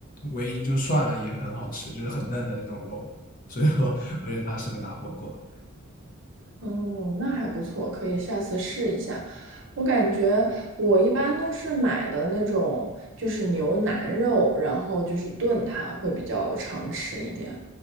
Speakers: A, on the left; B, on the right.
A: 唯一就涮了也很好吃，就是很嫩的那种肉，所以说我觉得它适合打火锅。
B: 哦，那还不错，可以下次试一下。我感觉我一般都是买的那种，就是牛腩肉，然后就是炖它会比较常吃一点。